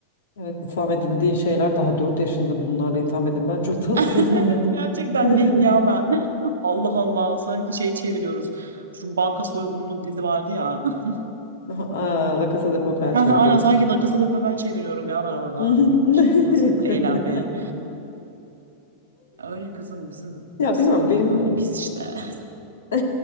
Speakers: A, on the left; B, on the right.
A: evet itham edildiğin şeyler daha 4 yaşında bunlarla itham edilmen çok tatsız
B: <laughs>
A: yani.
B: Evet gerçekten
A: <laughs>
B: neyim ya ben? <laughs> Allah Allah sanki şey çeviriyoruz. Şu banka soygunlu dizi vardı ya. <laughs>
A: Aha, Aa, La Casa de Papel
B: Ha,
A: çeviriyoruz.
B: Aynen sanki La Casa de Papel çeviriyorum ya ben orada.
A: <laughs>
B: Gitmişim yazın eğlenmeye. Öyle kızım bizim
A: Ya
B: CV
A: bilmiyorum benim
B: böyle pis işte. <laughs>
A: <laughs>